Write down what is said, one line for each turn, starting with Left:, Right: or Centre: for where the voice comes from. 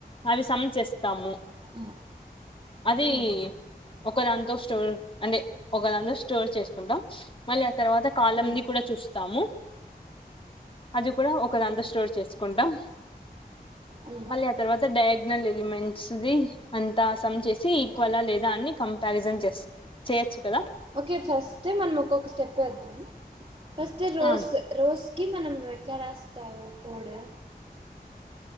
Left: అవి సమ్ చేస్తాము.
Right: మ్
Left: అది
Right: మ్ మ్
Left: ఒక దాంతో స్టోర్ అంటే ఒక దాంతో స్టోర్ చేసుకుంటాం, మళ్ళీ ఆ తర్వాత కాలమ్
Right: మ్ మ్
Left: ని కూడా చూస్తాము. అది కూడా ఒకదాంతో స్టోర్ చేసుకుంటాం,
Right: మ్
Left: మళ్ ఆ తర్వాత డయాగ్నల్ ఎలిమెంట్స్ ది అంతా సమ్ చేసి
Right: మ్
Left: ఈక్వలా లేదా అని కంపారిజన్ చేస్ చేయొచ్చు కదా.
Right: ఓకే ఫస్ట్ మనం ఒక్కొక్క స్టెప్ వేద్దాం, ఫస్ట్ రోస్
Left: ఆ
Right: రోజుకి మనం నువ్వు ఎట్లా రాస్తావు కోడు